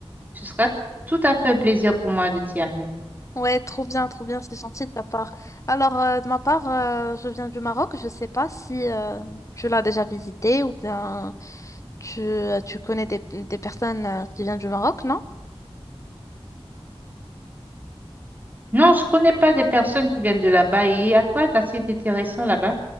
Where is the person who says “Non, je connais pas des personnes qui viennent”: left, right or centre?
Right